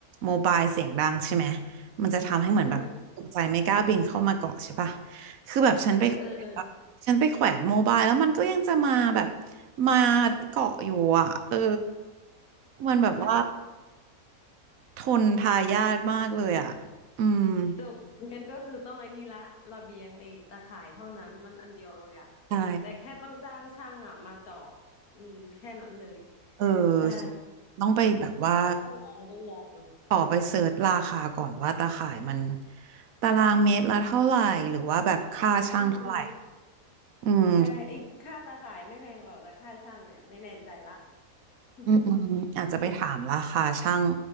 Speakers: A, on the right (about 70°); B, on the left (about 75°).
A: โมบายเสียงดังใช่ไหมมันจะทำให้เหมือนแบบตกใจไม่กล้าบินเข้ามาเกาะใช่ปะ
B: เออ
A: คือแบบฉันไปแขวนแบบฉันไปแขวนโมบายแล้วมันก็ยังจะมาแบบ
B: เออเออเออ
A: มาเกาะอยู่อ่ะเออมันแบบว่า
B: จบ
A: ทนทายาทมากเลยอ่ะอืม
B: จบงั้นก็คือต้องไอ้นี่ละระเบียงไอ้ตะข่ายเท่านั้นมันอันเดียวเลยอะ
A: ใช่
B: แต่แค่ต้องจ้างช่างอะมาเจาะอืมแค่นั้นเลย
A: เออต้องไปแบบว่า
B: ใช่ต้องลองต้องลอง
A: ขอไปเสิร์ชราคาก่อนว่าตาข่ายมันตารางเมตรละเท่าไหร่หรือว่าแบบค่าช่างเท่าไหร่
B: อืมอืม
A: อืม
B: ใช่ไอ้ค่าตาข่ายไม่แพงหรอกแต่ค่าช่างเนี่ยไม่แน่ใจละ <laughs>
A: อืมอืมอาจจะไปถามราคาช่าง